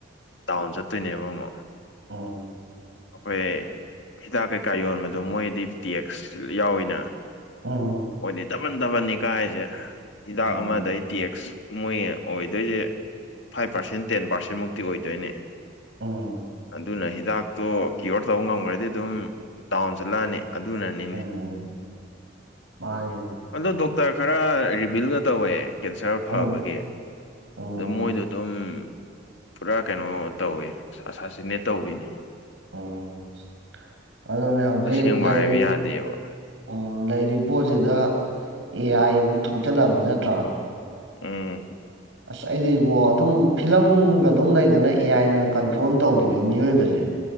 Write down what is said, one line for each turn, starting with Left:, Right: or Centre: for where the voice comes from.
Left: ꯗꯥꯎꯟ ꯆꯠꯇꯣꯏꯅꯦꯕ ꯑꯃ
Right: <unintelligible>
Left: ꯑꯩꯈꯣꯏ ꯍꯤꯗꯥꯛ ꯀꯩꯀꯥ ꯌꯣꯟꯕꯗꯣ ꯃꯣꯏꯗꯤ ꯇꯦꯛꯁ ꯌꯥꯎꯏꯅ
Right: ꯎꯝ
Left: ꯑꯣꯏꯗꯤ ꯇꯥꯕꯟ ꯇꯥꯕꯟꯅꯤ ꯀꯥꯏꯁꯦ ꯍꯤꯗꯥꯛ
Right: ꯎꯝ
Left: ꯑꯃꯗꯩ ꯇꯦꯛꯁ ꯃꯣꯏ ꯑꯣꯏꯗꯣꯏꯁꯦ ꯐꯥꯏꯚ ꯄꯥꯔꯁꯦꯟ ꯇꯦꯟ ꯄꯥꯔꯁꯦꯟ ꯃꯨꯛꯇꯤ ꯑꯣꯏꯗꯣꯏꯅꯦ
Right: ꯎꯝ
Left: ꯑꯗꯨꯅ ꯍꯤꯗꯥꯛꯇꯣ ꯀꯤꯌꯣꯔ ꯇꯧꯕ ꯉꯝꯈ꯭ꯔꯗꯤ ꯑꯗꯨꯝ ꯗꯥꯎꯟ ꯆꯠꯂꯛꯑꯅꯤ ꯑꯗꯨꯅꯅꯤ
Right: ꯎꯝ ꯃꯥꯅꯤ
Left: ꯑꯗꯣ ꯗꯣꯛꯇꯔ ꯈꯔ ꯔꯤꯚꯤꯜꯒ ꯇꯧꯋꯦ ꯀꯦꯟꯁꯔ ꯐꯕꯒꯤ
Right: ꯎꯝ
Left: ꯑꯗꯨ
Right: ꯎꯝ
Left: ꯃꯣꯏꯗꯣ ꯑꯗꯨꯝ ꯄꯨꯔꯥ ꯀꯩꯅꯣ ꯇꯧꯋꯦ ꯑꯁꯥꯁꯤꯟꯅ ꯇꯧꯕꯤꯅꯦ
Right: ꯑꯣ ꯑꯗꯨꯅꯦ ꯍꯧꯖꯤꯛ
Left: ꯑꯁꯦꯡꯕ
Right: ꯂꯩ
Left: ꯍꯥꯏꯕ ꯌꯥꯗꯦꯕ
Right: ꯎꯝ ꯂꯩꯔꯤꯕ ꯄꯣꯠꯁꯤꯗ ꯑꯦ ꯑꯥꯏ ꯑꯃꯨꯛ ꯊꯣꯛꯆꯜꯂꯛꯑꯕꯃꯤ ꯅꯠꯇ꯭ꯔꯥ
Left: ꯎꯝ
Right: ꯑꯁ ꯑꯩꯗꯤ ꯏꯕꯣ ꯑꯗꯨꯝ ꯐꯤꯂꯝꯒ ꯑꯗꯨꯝ ꯂꯩꯗꯅ ꯑꯦ ꯑꯥꯏꯅ ꯀꯟꯇ꯭ꯔꯣꯜ ꯇꯧꯈꯤꯕ ꯃꯤꯑꯣꯏꯕꯁꯦ